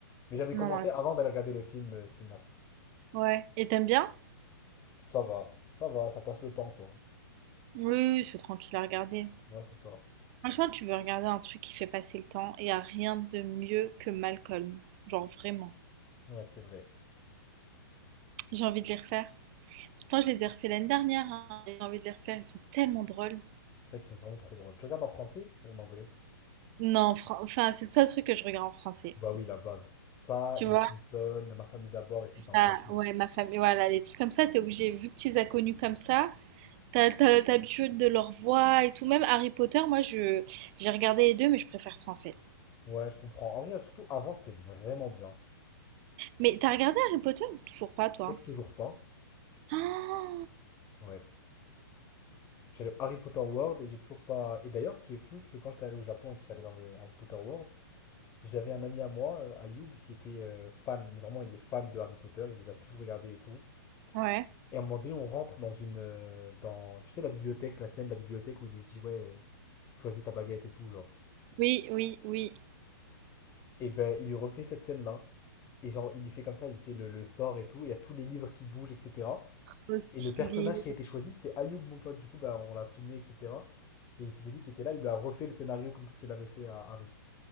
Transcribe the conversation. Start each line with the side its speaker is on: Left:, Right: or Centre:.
Left: Mais j'avais commencé
Right: Non, non.
Left: avant d'aller regarder le film euh, Sinners.
Right: Ouais. Et t'aimes bien?
Left: Ça va, ça va, ça passe le temps, quoi.
Right: Oui, oui, c'est tranquille à regarder.
Left: Ouais, c'est ça.
Right: Franchement, tu veux regarder un truc qui fait passer le temps et y a rien de mieux que Malcolm. Genre, vraiment.
Left: Ouais, c'est vrai.
Right: J'ai envie de les refaire. Pourtant, je les ai refait l'année dernière. hein. J'ai envie de les refaire. Ils sont tellement drôles.
Left: C'est vrai qu'ils sont vraiment trop drôles. Tu regardes en français ou en anglais?
Right: Non, fran- enfin, c'est le seul truc que je regarde en français.
Left: Bah oui, la base. Ça,
Right: Tu
Left: et
Right: vois,
Left: les Simpsons, Ma famille d'abord et tout, c'est en
Right: ça,
Left: français.
Right: ouais, ma famille, voilà, les trucs comme ça, t'es obligé, vu que tu les as connus comme ça, t'as, t'as l'habitude de leur voix et tout. Même Harry Potter, moi, je, j'ai regardé les deux, mais je préfère français.
Left: Ouais, je comprends. En vrai, surtout avant, c'était vraiment bien.
Right: Mais t'as regardé Harry Potter? ou Toujours pas, toi.
Left: Je sais que toujours pas.
Right: Ah,
Left: Ouais. Je suis allé au Harry Potter World et j'ai toujours pas. Et d'ailleurs, ce qui est fou, c'est que quand j'étais allé au Japon et que j'étais allé dans le Harry Potter World, j'avais un ami à moi, euh, Ayoub, qui était euh, fan. Mais vraiment, il est fan de Harry Potter. Il les a tous regardés et tout.
Right: ouais.
Left: Et à un moment donné, on rentre dans une. euh, dans... Tu sais, la bibliothèque, la scène de la bibliothèque où il lui dit, ouais, euh, choisis ta baguette et tout, genre.
Right: Oui, oui, oui.
Left: Et ben, il lui refait cette scène-là. Et genre, il lui fait comme ça, il fait le, le sort et tout. Et Il y a tous les livres qui bougent, etc.
Right: Trop stylé.
Left: Et le personnage qui a été choisi, c'était Ayoub, mon pote. Du coup, bah, on l'a filmé, etc. Et c'était lui qui était là. Il lui a refait le scénario comme tu l'avais fait à Harry.